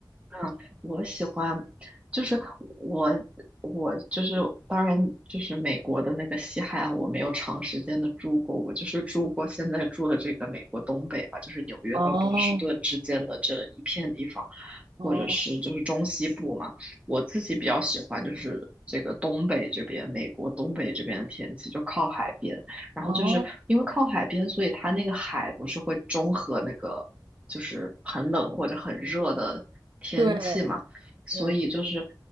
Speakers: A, on the right (about 15°); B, on the right (about 65°).
A: 嗯，我喜欢，就是我我就是当然就是美国的那个西海岸，我没有长时间的住过，我就是住过现在住的这个美国东北吧，就是纽约到波士顿之间的这一片地方，
B: 哦哦
A: 或者是就是中西部嘛，我自己比较喜欢就是这个东北这边，美国东北这边的天气就靠海边，然后就是因为靠海边，
B: 哦，
A: 所以它那个海不是会中和那个。就是很冷或者很热的天气嘛，
B: 对
A: 所以就是
B: 对，